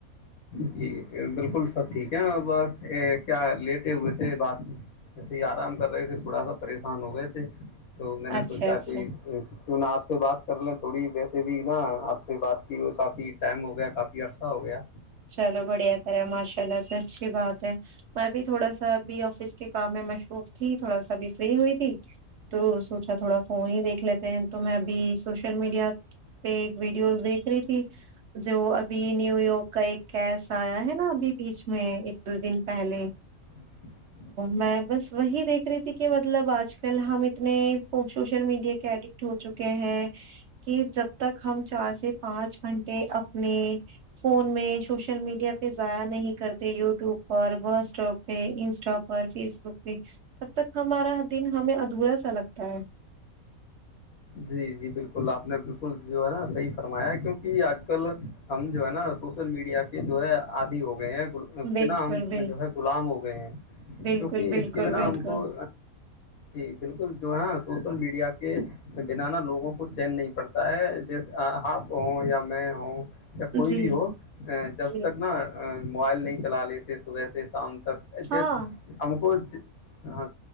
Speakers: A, on the left; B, on the right.
A: جی بالکل سب ٹھیک ہے بس کیا لیٹے ہوئے تھے بات میں ایسے آرام کر رہے تھے تھوڑا سا پریشان ہو گئے تھے تو میں نے
B: اچھا
A: سوچا
B: اچھا
A: کہ کیوں نہ آپ سے بات کر لیں تھوڑی ویسے بھی نا آپ سے بات کی ہوئی کافی ٹائم ہو گیا کافی عرصے ہو گیا
B: چلو بڑھیا کریں ماشاء اللہ سے اچھی بات ہے میں بھی تھوڑا سا ابھی آفس کے کام میں مشروف ت تھوڑا سابھی فری ہوئی تھی تو سوچا تھوڑا فون ہی دیکھ لیتے ہیں تو میں ابھی سوشل میڈیا پہ ایک ویڈیوز دیکھ رہی تھی جو ابھی نیو یارک کا ایک کیسا آیا ہے نا ابھی بیچ میں ایک دو دن پہلے
A: ہ <inaudible>
B: میں بس وہی دیکھ رہی تھی کہ مطلب آج کل ہم اتنے سوشل میڈیا کے ایڈک ہو چکے ہیں کہ جب تک ہم چار سے پانچ گھنٹے اپنے فون میں سوشل میڈیا پہ ضائع نہیں کرتے یوٹیوب پر واٹسٹاپ پہ انسٹا پر فیس بک پہ تب تک ہمارا دن ہمیں ادھورا سا لگتا ہے
A: جی جی بلکل آپ نے بلکل جو ہے نا صحیح فرمایا ہے کیونک آج کل ہم جو ہے نا سوشل میڈیا کے جو ہے عادی ہو گئے ہیں اس
B: بالکل
A: کے نا ہم
B: بال
A: جو ہے غلام ہو گئے ہیں
B: بالکل
A: کیونکہ
B: بالکل
A: اس کے بنا
B: بالکل
A: ہم کو جی بلکل جو ہے سوشل میڈیا کے بنانا لوگوں کو چین نہیں پڑتا ہے جیسے آپ ہوں یا میں ہوں یا کوئی
B: جی
A: بھی ہو جب
B: جی
A: تک نا موبائل نہیں چلا لیتے صبح سے شام تک ج
B: ہاں
A: <inaudible> ہم کو ہاں